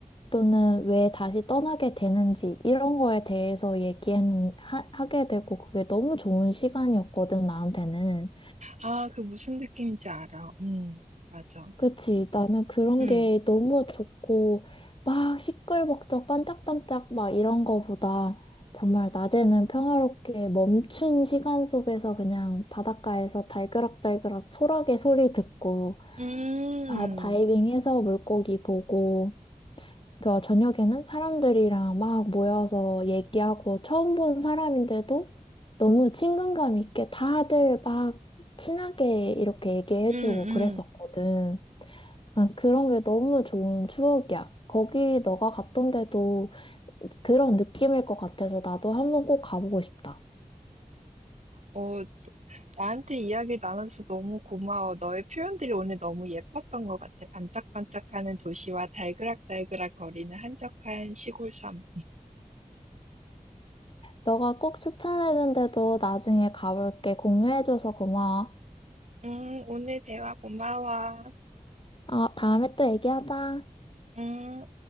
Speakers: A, on the left; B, on the right.
A: 또는 왜 다시 떠나게 되는지 이런 거에 대해서 얘기하는 하, 게 되고 그게 너무 좋은 시간이었거든 나한테는.
B: 아, 그 무슨 느낌인지 알아. 응, 맞아.
A: 그치 나는 그런
B: 응,
A: 게 너무 좋고 막 시끌벅적 반짝반짝 막 이런 거보다 정말 낮에는 평화롭게 멈춘 시간 속에서 그냥 바닷가에서 달그락달그락 소라게 소리 듣고
B: 음,
A: 바, 다이빙해서 물고기 보고 저 저녁에는 사람들이랑 막 모여서 얘기하고 처음 본 사람인데도 너무 친근감 있게 다들 막 친하게 이렇게 얘기해주고
B: 음,
A: 그랬었거든.
B: 음.
A: 난 그런 게 너무 좋은 추억이야. 거기 너가 갔던 데도 그런 느낌일 것 같아서 나도 한번 꼭 가보고 싶다.
B: 어, 나한테 이야기 나눠서 너무 고마워. 너의 표현들이 오늘 너무 예뻤던 것 같아. 반짝반짝하는 도시와 달그락달그락 거리는 한적한 시골 섬.
A: 너가 꼭 추천해준 데도 나중에 가볼게. 공유해줘서 고마워.
B: 음, 오늘 대화 고마워.
A: 아, 다음에 또 얘기하자.
B: 음.